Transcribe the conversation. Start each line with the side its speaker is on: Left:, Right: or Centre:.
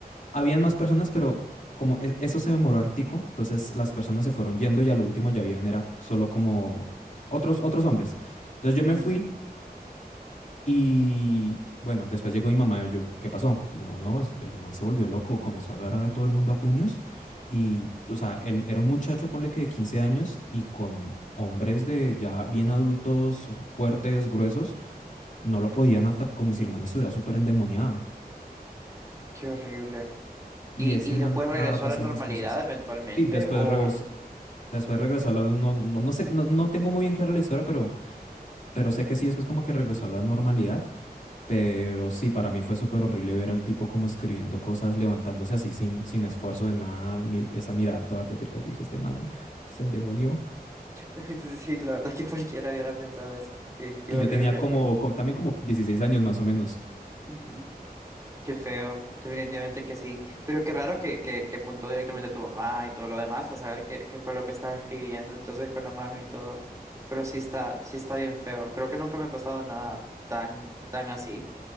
Left: Habían más personas, pero como e- eso se demoró hartico, entonces las personas se fueron yendo y al último ya habían era solo como otros otros hombres. Entonces yo me
Right: Ujú,
Left: fui y bueno, después llegó mi mamá, yo, ¿qué pasó? Y mi mamá, no, es- el man se volvió loco, comenzó a agarrar a todo el mundo a puños y, o
Right: ujú.
Left: sea, él era un muchacho, ponle que de 15 años y con hombres de ya bien adultos, fuertes, gruesos, no lo podían atacar como si el man estuviera súper endemoniado.
Right: Qué horrible.
Left: Y
Right: ¿Y,
Left: ese
Right: y
Left: man
Right: después
Left: cada
Right: regresó
Left: rato
Right: a
Left: hacía
Right: la normalidad
Left: esas cosas.
Right: eventualmente?
Left: Sí, después
Right: ¿O...?
Left: regresó. Después regresó a la... No, no, no sé, no, no tengo muy bien clara la historia, pero, pero sé que sí, después como que regresó a la normalidad. Pero sí, para mí fue súper horrible ver al tipo como escribiendo cosas, levantándose así sin, sin esfuerzo de nada. mi- esa mirada toda tétrica. Yo dije, este man se endemonió.
Right: <laughs> Sí, la verdad es que cualquiera hubiera pensado eso. Qué, qué
Left: Y
Right: horrible.
Left: yo tenía como, co- también como 16 años más o menos.
Right: Mm, Qué feo. Definitivamente que sí. Pero qué raro que, que, que apuntó directamente a tu mamá y todo lo demás a saber qué, qué fue lo que estaba escribiendo. Entonces con la mano y todo. Pero sí está, sí está bien feo. Creo que nunca me ha pasado nada tan, tan así.